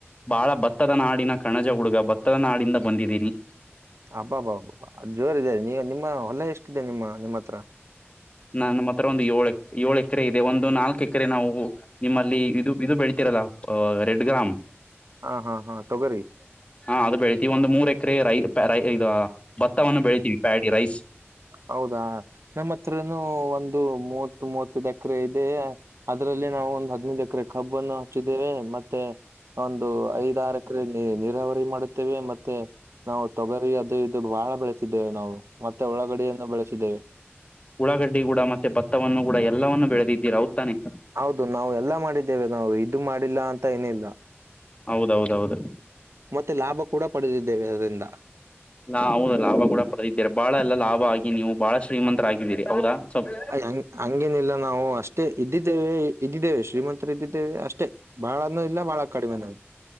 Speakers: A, on the left; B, on the right.
A: ಬಾಳ ಭತ್ತದ ನಾಡಿನ ಕಣಜ ಹುಡುಗ ಭತ್ತದ ನಾಡಿಂದ ಬಂದಿದ್ದೀನಿ.
B: ಹಬ್ಬ ಹಬ್ಬಬ ಜೋರ ಇದೇ ನೀ ನಿಮ್ಮ ಹೊಲ ಎಷ್ಟಿದೆ ನಿಮ್ಮ ನಿಮ್ಮ ಹತ್ರ.
A: ನ ನಮ್ಮ ಹತ್ರ ಒಂದು ಏಳು ಏಳು ಎಕರೆ ಇದೆ. ಒಂದು ನಾಲ್ಕ ಎಕರೆ ನಾವು, ನಿಮ್ಮಲ್ಲಿ ಇದು ಇದು ಬೆಳ್ತಿರಲ್ಲ ಅಹ ರೆಡ್ ಗ್ರಾಮ್.
B: ಹ ಹಾ ಹಾ ತೊಗೊರಿ.
A: ಹಾ ಅದ ಬೆಳಿತೀ ಒಂದು ಮೂರ್ ಎಕರೆ ರೈ ಪ್ಯಾರೈ ಇದ ಭತ್ತವನ್ನು ಬೆಳತೀವಿ ಪ್ಯಾಡಿ ರೈಸ್.
B: ಹೌದಾ ನಮ್ಮ ಹತ್ರನು ಒಂದು ಮೂವತ್ ಮೂವತ್ತದ ಎಕರೆ ಇದೆ. ಅದ್ರಲ್ಲಿ ನಾವು ಒಂದ ಹದನೈದ್ ಎಕರೆ ಕಬ್ಬ ಅನ್ನು ಹಚ್ಚಿದ್ದೇವೆ. ಮತ್ತೆ, ಒಂದು ಐದಾರ ಎಕರೆ ನೀರಾವರಿ ಮಾಡುತ್ತೇವೆ. ಮತ್ತೆ, ನಾವು ತೊಗರಿ ಅದು ಇದು ಬಹಳ ಬೆಳೆಸಿದ್ದೇವೆ ನಾವು ಮತ್ತೆ ಉಳ್ಳಾಗಡ್ಡಿಯನ್ನು ಬೆಳೆಸಿದ್ದೇವೆ.
A: ಉಳಾಗಡ್ಡಿ ಗೊಡ ಮತ್ತೆ ಭತ್ತವನ್ನು ಗೊಡ ಎಲ್ಲವನ್ನು ಬೇಳೆದಿದ್ದೀರ ಹೌದ್ ತಾನೆ.
B: ಹೌದು ನಾವು ಎಲ್ಲಾ ಮಾಡಿದ್ದೇವೆ ನಾವು ಇದು ಮಾಡಿಲ್ಲ ಅಂತ ಏನ್ ಇಲ್ಲ.
A: ಹೌದೌದೌದ.
B: ಮತ್ತೆ ಲಾಭ ಕೂಡ ಪಡೆದಿದ್ದೇವೆ ಅದರಿಂದ.
A: ಲಾ ಹೌದಾ ಲಾಭ ಕೂಡ ಪಡೆದಿದೀರ ಬಾಳ ಎಲ್ಲಾ ಲಾಭ ಆಗಿ ನೀವು ಬಾಳ ಶ್ರೀಮಂತರ ಆಗಿದ್ದೀರಿ ಹೌದಾ. ಸ್ವಲ್
B: ಅಯ ಹಂಗ್ ಹಂಗೇನಿಲ್ಲ ನಾವು ಅಷ್ಟೇ ಇದ್ದಿದ್ದೇವೆ ಇದ್ದಿದ್ದೇವೆ ಶ್ರೀಮಂತರ ಇದ್ದಿದ್ದೇವೆ ಅಷ್ಟೇ. ಬಾಳನು ಇಲ್ಲ ಬಾಳ ಕಡಿಮೆನು ಇಲ್ಲ.